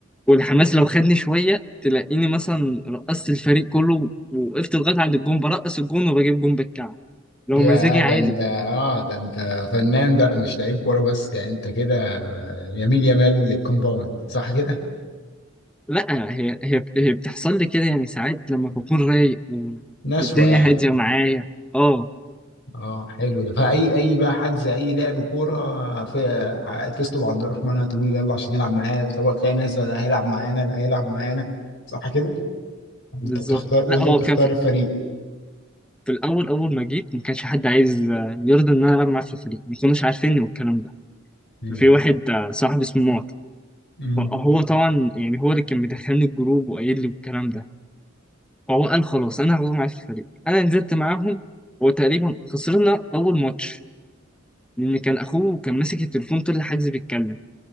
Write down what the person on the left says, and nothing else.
يا
ده
انت اه ده انت فنان بقى مش لعيب كوره بس يعني انت كده يميل يمال الكومباوند صح كده
نشوة
يعني
اه حلو ده فاي اي بقى حجز اي لعب كوره في تطلب عبد الرحمن هتقول يلا عشان يلعب معايا طب تلاقي ناس ده لا هيلعب معانا لا هيلعب معانا صح كده انت
بتختار
وانت
بتختار
الفريق
امم
امم